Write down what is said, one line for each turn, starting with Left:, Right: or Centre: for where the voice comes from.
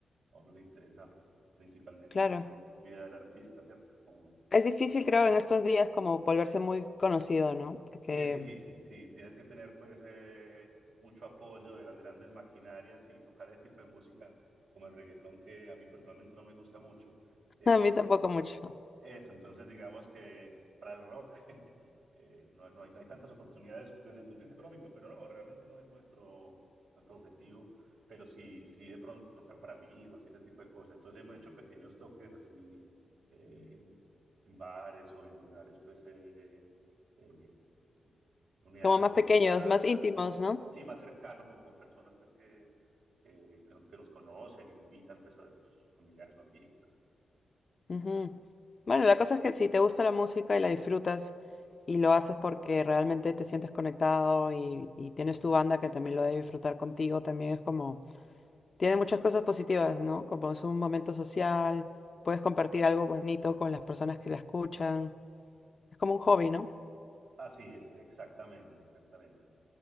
Right: a uno le interesa principalmente
Left: claro.
Right: en esta vida del artista, ¿cierto? Como
Left: Es difícil, creo, en estos días como volverse muy conocido, ¿no? Porque
Right: Es difícil, sí, tienes que tener pues eh, mucho apoyo de las grandes maquinarias y tocar ese tipo de música como el reggaetón que a mí personalmente no me gusta mucho.
Left: <laughs>
Right: Eh,
Left: a mí tampoco mucho.
Right: eso, entonces digamos que para el rock <laughs> eh, no, no hay, no hay tantas oportunidades desde el punto de vista económico, pero no, realmente no es nuestro, nuestro objetivo, pero sí, sí de pronto tocar para amigos y ese tipo de cosas. Entonces hemos hecho pequeños toques así eh, en bares o en lugares pues... eh, eh, unidades
Left: Como
Right: residenciales,
Left: más pequeños, más íntimos,
Right: así como,
Left: ¿no?
Right: sí, más cercano, como con personas pues que, que, que no- nos conocen, invitan pues a sus familiares o amigos, así.
Left: Ujú. Bueno, la cosa es que si te gusta la música y la disfrutas y lo haces porque realmente te sientes conectado y, y tienes tu banda que también lo debe disfrutar contigo, también es como, tiene muchas cosas positivas, ¿no? Como es un momento social, puedes compartir algo bonito con las personas que la escuchan. Es como un hobby, ¿no?
Right: Así es, exactamente, exactamente.